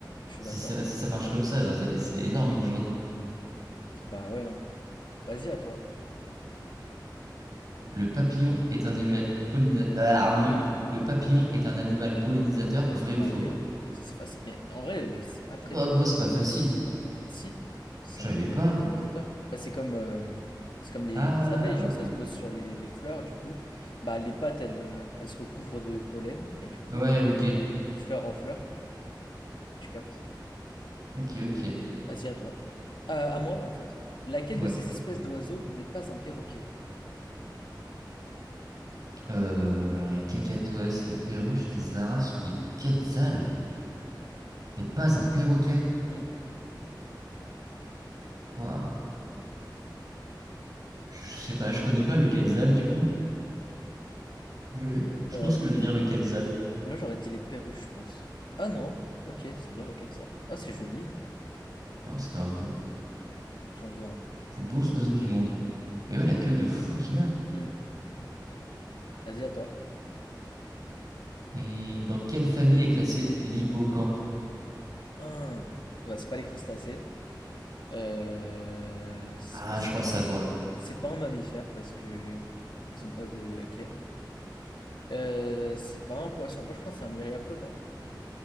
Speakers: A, on the left; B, on the right.
A: je suis
B: Si
A: d'accord.
B: ça, si ça marche comme ça, genre, c'est c'est énorme une journée.
A: Bah ouais. hein. Vas-y à toi.
B: Le papillon est un animal pollinisateur. Le papillon est un animal pollinisateur, vrai
A: Bah
B: ou faux?
A: oui hein. Bah, ça, c'est facile. Mais en vrai, euh, c'est pas très
B: Oh,
A: dur
B: moi,
A: hein.
B: c'est pas facile.
A: Bah si, c'est
B: Je savais
A: un animal
B: pas.
A: pollinisateur. Bah c'est comme euh, c'est comme les,
B: Ah
A: les abeilles, genre
B: oui.
A: ça se pose sur les, les fleurs du coup. Bah les pattes elles, euh, elles se recouvrent de pollen et du coup
B: Ouais,
A: euh,
B: ok.
A: de fleur en fleur, tu captes?
B: Ok, ok.
A: Vas-y, à toi. À, à moi, en fait. Laquelle
B: Ouais.
A: de ces espèces d'oiseaux n'est pas un perroquet?
B: Euh, alors, il y a Cacatoès, les perruches, les aras ou les quetzals. N'est pas un perroquet.
A: Hmm,
B: Waouh. Je sais pas, je connais pas le quetzal du coup. Oui. Je
A: Ouais.
B: pense que je vais dire le quetzal.
A: Moi, j'aurais dit les perruches, je pense. Ah non. Ok, c'est bien les quetzals. Ah, c'est joli.
B: Ouais, c'est grave beau.
A: J'en veux un.
B: Plus beaux oiseaux du monde. Mais ouais, la queue de fou qu'il a.
A: Hmm, Vas-y, à toi.
B: Hmm, dans quelle famille est classé l'hippocampe?
A: Ah. Bah, c'est pas les crustacés. Euh, Est-ce
B: Ah,
A: que c'est
B: je crois savoir.
A: c'est pas un mammifère parce que ils ont pas de. Ok. Euh, c'est pas un poisson. Moi, je pense que c'est un myriapode. hein.